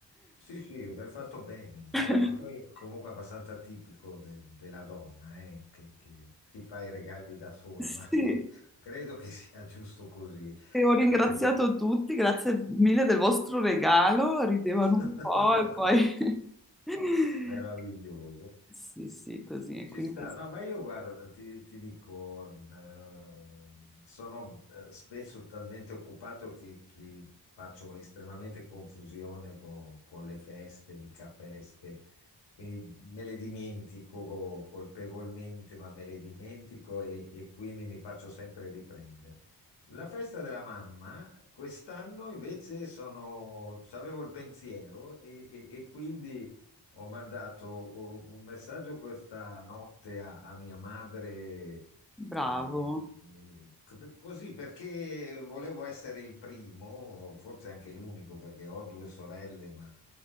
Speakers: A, on the left; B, in the centre.
A: Sì, sì, hai fatto bene. Vabbè,
B: <laughs>
A: ma poi è comunque abbastanza tipico de- della donna, eh, che, che si fa i regali da sola,
B: Sì.
A: ma <laughs> credo che sia giusto così.
B: E ho ringraziato
A: perché-
B: tutti, grazie mille del vostro regalo, ridevano
A: <laughs>
B: un po' e poi... <laughs>
A: Meraviglioso.
B: Sì, sì, così, e
A: Ci
B: quindi
A: sta, no, ma io guarda, ti, ti dico, eh, sono eh, spesso talmente occupato che, che faccio estremamente confusione con, con le feste, mica feste, quindi me le dimentico colpevolmente, ma me le dimentico e, e quindi mi faccio sempre riprendere. La festa della mamma, quest'anno invece sono, avevo il pensiero e e- e quindi... Ho mandato oh, un messaggio questa notte a, a mia madre,
B: bravo.
A: eh, eh, eh, co- così perché volevo essere il primo, forse anche l'unico, perché ho due sorelle, ma